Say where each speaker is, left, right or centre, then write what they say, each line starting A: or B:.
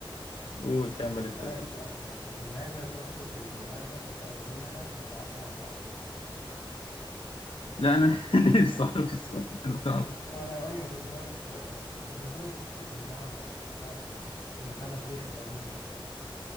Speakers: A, on the left; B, on the left.
A: قول كمل
B: هسألك
A: أنت اسأل
B: سؤال
A: سؤال
B: حلو لماذا تفرك الذبابة أرجلها ببعضها البعض؟
A: لا أنا <laughs> نفسي أعرف السؤال ده.
B: إت-
A: أنا
B: <laughs>
A: أعرف.
B: وأنا أيوه بالظبط آه، الدبانة بتفرك رجلها ب- في بعض ليه؟ الدبانة الرخمة دي